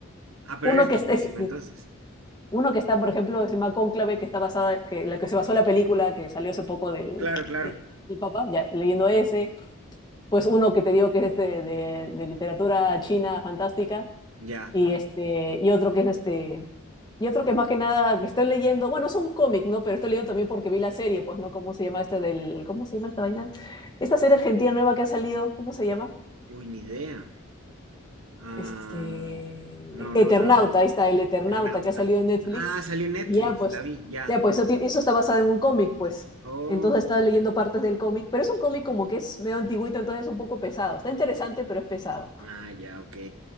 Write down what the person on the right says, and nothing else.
Ah, pero
eres
capísima
entonces.
Claro, claro.
Ya.
Uy, ni idea. Ah,
no,
no, la verdad es que
Eternauta.
Ah, salió en Netflix,
la vi, ya.
Oh,
ah, ya, ok.